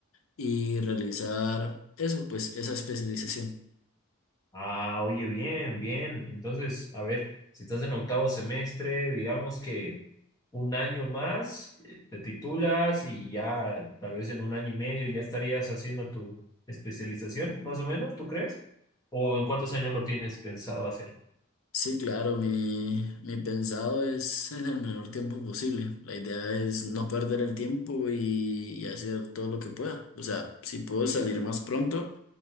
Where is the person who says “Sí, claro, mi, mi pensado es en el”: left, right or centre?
Left